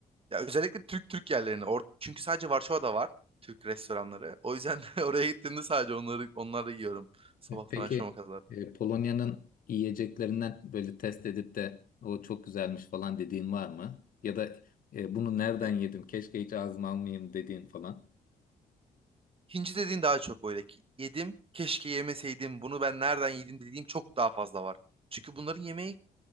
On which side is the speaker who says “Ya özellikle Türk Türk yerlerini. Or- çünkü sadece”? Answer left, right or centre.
Right